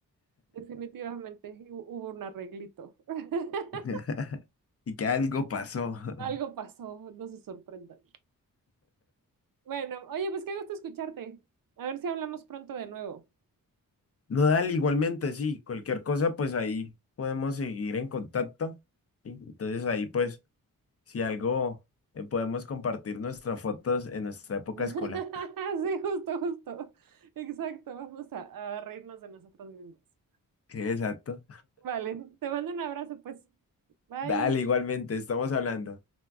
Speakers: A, on the right; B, on the left.
A: Definitivamente hu- hubo un arreglito. <laughs>
B: <laughs> Y que algo pasó. <laughs>
A: Algo pasó, no se sorprendan. Bueno, oye, pues qué gusto escucharte. A ver si hablamos pronto de nuevo. <laughs>
B: No, dale, igualmente, sí. Cualquier cosa, pues ahí podemos seguir en contacto. ¿sí? Entonces ahí, pues, si algo, eh, podemos compartir nuestras fotos en nuestra época
A: Sí,
B: escolar.
A: justo, justo. Exacto, vamos a, a reírnos de nosotros mismos.
B: <laughs> Exacto.
A: Vale, te mando un abrazo, pues. Bye,
B: Dale, igualmente, estamos hablando.